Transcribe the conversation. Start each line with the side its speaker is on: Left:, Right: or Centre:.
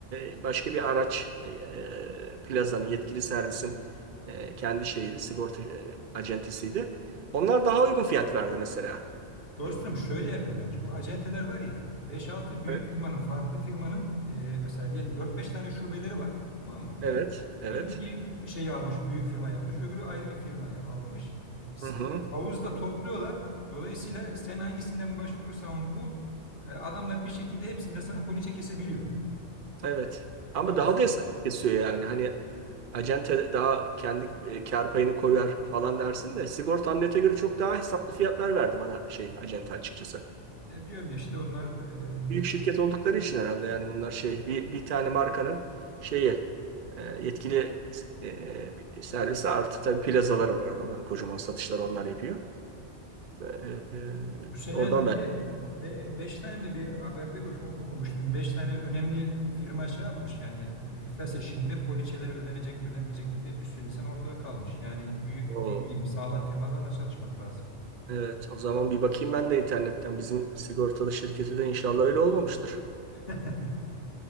Right: e, başka bir araç e, e, plazanın yetkili servisin e, kendi şeyiydi sigorta e, acentesiydi. Onlar daha uygun fiyat verdi mesela.
Left: Dostum şöyle yapıyorlarmış. Bu acenteler var ya beş-altı büyük
Right: Evet.
Left: firmanın farklı firmanın e, mesela diyelim dört-beş tane şubeleri var. Tamam mı?
Right: Evet, evet.
Left: Biri bir, bir şeyi almış büyük firmayı almış öbürü ayrı bir firmayı almış. S-
Right: Hı hı,
Left: e, Havuzda topluyorlar. Dolayısıyla sen hangisinden başvurursan vur e, adamlar bir şekilde hepsinden sana poliçe kesebiliyor.
Right: evet. Ama
Left: Dolayısıyla
Right: daha da hesap kesiyor yani. Hani acente daha kendi e, kar payını koyar falan dersin de sigorta amlete göre çok daha hesaplı fiyatlar verdi bana şey acente açıkçası.
Left: diyorum ya işte onlar e,
Right: büyük şirket oldukları için herhalde yani bunlar şey bir, bir tane markanın şeyi e, yetkili e, servisi artı tabii plazaları var adamların kocaman satışları onlar yapıyor. E, e,
Left: Bu sene
Right: oradan
Left: bir
Right: belki
Left: de be, beş tane mi de bir haberde oku- okumuştum. Beş tane önemli firma şey yapmış yani e, iflas eşiğinde poliçeleri ödenecek mi ödenmeyecek mi diye bir sürü insan ortada kalmış. Yani büyük
Right: o
Left: mü diyeyim sağlam firmalarla çalışmak lazım.
Right: evet o zaman bir bakayım ben de internetten bizim sigortalı şirketi de inşallah öyle olmamıştır.
Left: <laughs>